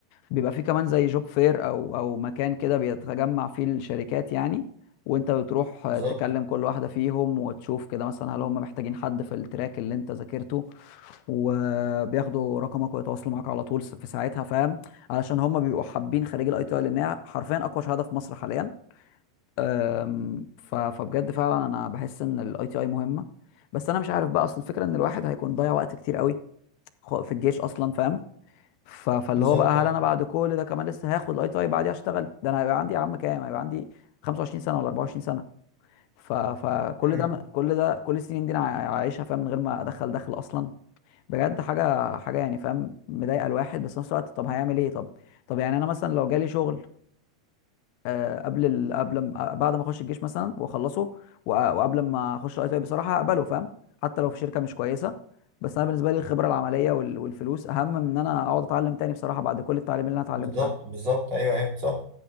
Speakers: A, on the left (about 80°); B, on the right (about 35°).
A: بيبقى فيه كمان زي جوب فير او او مكان كده بيتجمع فيه الشركات يعني وانت بتروح آه،
B: بالظبط
A: تكلم كل واحده فيهم وتشوف كده مثلا هل هم محتاجين حد في التراك اللي انت ذاكرته وبياخدوا رقمك ويتواصلوا معاك على طول في ساعتها فاهم علشان هم بيبقوا حابين خريج الاي تي اي لانها حرفيا اقوى شهاده في مصر حاليا أم، ف- فبجد فعلا انا بحس ان الاي تي اي مهمه بس انا مش عارف بقى اصل الفكره ان الواحد هيكون ضيع وقت كتير قوي خ- في الجيش اصلا فاهم ف... فاللي
B: بالظبط
A: هو بقى هل
B: آه.
A: انا بعد كل ده كمان لسه هاخد الاي تي اي بعديها اشتغل ده انا هيبقى عندي يا عم كام هيبقى عندي 25 سنه ولا 24 سنه ف... فكل
B: مم.
A: ده كل ده كل السنين دي انا عايشها فاهم من غير ما ادخل دخل اصلا بجد حاجه حاجه يعني فاهم مضايقه الواحد بس في نفس الوقت طب هيعمل ايه طب طب يعني انا مثلا لو جالي شغل آه، قبل ال... قبل ما... آه، بعد ما اخش الجيش مثلا واخلصه و... وقبل ما اخش اي تي اي بصراحه اقبله فاهم حتى لو في شركه مش كويسه بس انا بالنسبه لي الخبره العمليه وال... والفلوس اهم من ان انا اقعد اتعلم تاني بصراحه بعد كل التعليم اللي انا اتعلمته
B: بالظبط
A: ده
B: بالظبط أيوه أيوه صح